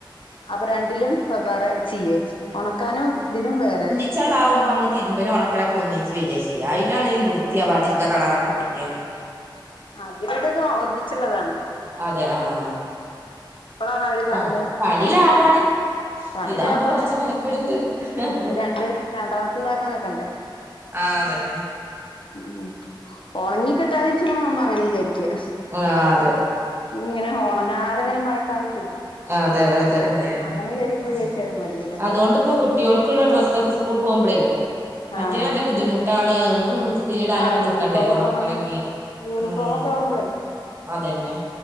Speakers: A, on the left; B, on the right.
A: അപ്പൊ രണ്ടിലും വെവ്വേറെ ചെയ്യേ ഉണക്കാനും ഇതിനും വേറെ
B: ച്ചെളാവുമ്പോ മ്മള് തിര്മ്പലും ഒണക്കെ ലൊക്കൊന്നിച്ച് വര ചെയ്യ അയ്ലാണ് വൃത്തിയാവാതിരിക്ക കളറൊക്കെ പിടിക്ക
A: അവരുടത് ഒന്നിച്ചുള്ളതാണ്
B: അതെ ആഹ്
A: ഇപ്പളാണ് അവര്
B: പ
A: പറഞ്ഞത്
B: പണി ലാഭാണ്
A: പണി
B: ഇതാകുമ്പോ
A: ലാഭാണ്
B: കൊർച്ച് മെനക്കെട്ണ്ട് അത്രെ
A: ഇത്
B: ള്ളൂ
A: രണ്ട് രണ്ടാമത്തെ ഇതാക്കാൻ നിക്കണ്ടേ
B: ആഹ് അതന്നെ
A: ഉം ഒണങ്ങി കിട്ടാതെചുമ്പ നമ്മൾ അങ്ങനെ വിചാരിക്ക
B: ആഹ് അതെ
A: ഇങ്ങനെ ഒണങ്ങാതെങ്ങനെ <inaudible>
B: അതെ അതെ അതെന്നെ
A: അങ്ങനെ വിചാരിക്കുമ്പോ വിചാരിക്കും അത് മതീന്നുള്ളത്
B: അതുകൊണ്ട്പ്പോ കു കുട്ടികൾക്കുള്ള ഡ്രസ്സൊക്കെ സ്കൂൾ പോകുമ്പളേയ് മറ്റേത്
A: ആഹ്
B: നല്ല ബുദ്ധിമുട്ടാണ് തിരിയിടാനൊക്കെ
A: ആഹ് യൂണിഫോമൊക്കെ
B: നിക്കണ്ടേ ഒണക്കണെങ്കി
A: ഒണങ്ങാൻ യൂണിഫോമൊക്കെ
B: ഉം
A: ആവുമ്പളേ
B: അതന്നെ